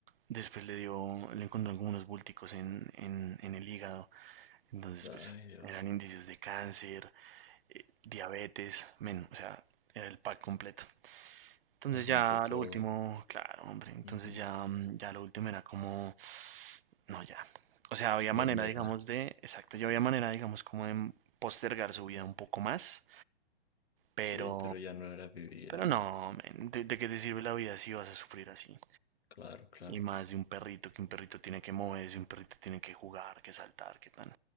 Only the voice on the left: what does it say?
Ay,
Dios,
se juntó
todo.
Ujú.
Dormirla.
Sí, pero ya no era vivir
eso.
Claro, claro.